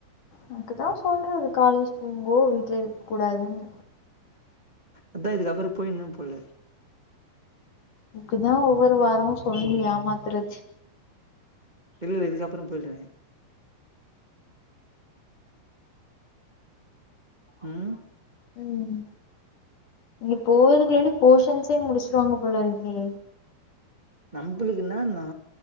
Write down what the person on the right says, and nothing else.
அதா இதுக்கப்புறோ போய்னும் போல
இல்ல இதுக்கப்புறோ போய்டுவே ம்
நம்பளுக்கு என்னன்னா